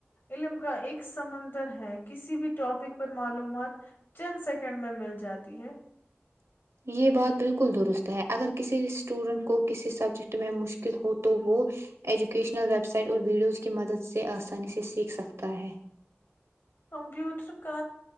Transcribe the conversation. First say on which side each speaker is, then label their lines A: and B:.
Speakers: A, on the left; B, on the right.
A: علم کا ایک سمندر ہے کسی بھی ٹاپک پر معلومات چند سیکنڈ میں مل جاتی ہے
B: یہ بات بالکل درست ہے اگر کسی اسٹوڈنٹ کو کسی سبجیکٹ میں مشکل ہو تو وہ ایجوکیشنل ویب سائٹ اور ویڈیوز کی مدد سے آسانی سے سیکھ سکتا ہے
A: کمپیوٹر کا